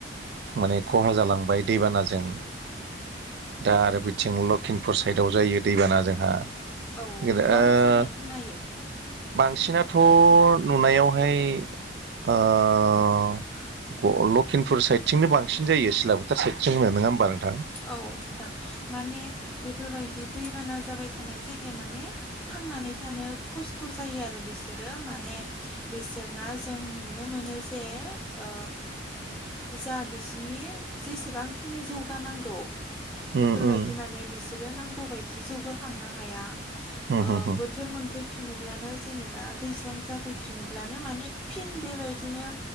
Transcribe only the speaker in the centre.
औ
गोबां जानाय खोनायो।
औ नोंथां माने बे बेफोरबायदि दैबाना जाबाय थानाय जायगाया माने थांनानै थानो खस्थ' जायो आरो बिसोर। माने बिसोरना जों नुनो मोनो जे ओ जा बिसिनि जेसेबांखिनि जौगानाय। बेफोरबायदि
माने बिसोरो नांगौबायायदि जौगाखांनो हाया।
ओ
बोथोर मोनफै फिनोब्लानो जेनेबा दैज्लां जाफैफिनोब्लानो माने फिन बेबायदिनो